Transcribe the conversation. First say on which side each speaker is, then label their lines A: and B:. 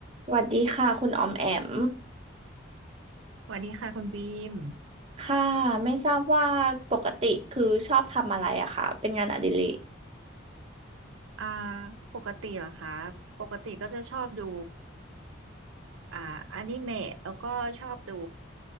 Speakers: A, on the right; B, on the right.
A: สวัสดีค่ะคุณออมแอม
B: สวัสดีค่ะคุณบีม
A: ค่ะไม่ทราบว่าปกติคือชอบทำอะไรอะค่ะเป็นงานอดิเรก
B: อ่าปกติเหรอคะปกติก็จะชอบดูอ่าอนิเมะแล้วก็ชอบดู